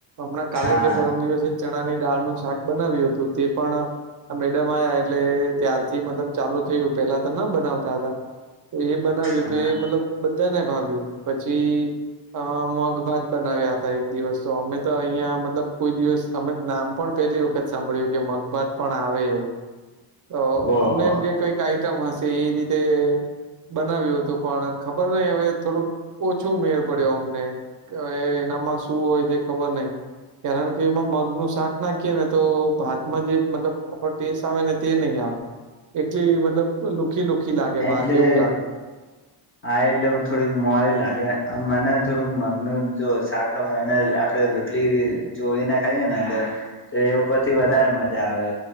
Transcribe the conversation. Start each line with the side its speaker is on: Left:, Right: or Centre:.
Right: હમણાં કાલે
Left: હા
Right: કે પરમ દિવસે ચણા ની દાળનું શાક બનાવ્યું હતું તે પણ આ મેડમ આયા એટલે ત્યારથી મતલબ ચાલુ થયું પેલા તો ના બનાવતા હતા તો એ બનાવ્યું
Left: હા
Right: તો એ મતલબ બધાને ભાવ્યું પછી અ મગ ભાત બનાવ્યા હતા એક દિવસ તો અમે તો અહિયાં મતલબ કોઈ દિવસ અમે નામ પણ પેલી વખત સાંભળ્યું કે મગભાત પણ આવે એવું તો
Left: ઓહો
Right: અમને એમ કે કઈક આઈટમ હશે એ રીતે બનાવ્યું હતું પણ ખબર નઈ હવે થોડુંક ઓછો મેર પડ્યો અમને અ એનામાં શું હોય. એ ખબર નય કારણ કે એમાં મગ નું શાક ના કે ને તો ભાતમાં જે મતલબ પ્રોપર ટેસ્ટ આવે ને તે નહીં આવ એટલી મતલબ લુખી લુખી લાગે
Left: એટલે
Right: ભાત એવું લાગે.
Left: હા એટલે થોડીક મોડી લાગે આ મને થોડુંક મગનુ જો શાક હવે અને આપડે રોટલી ચોળી ને ખાઈએ ને અંદર તો એ ઉપરથી વધારે
Right: હા
Left: મજા આવે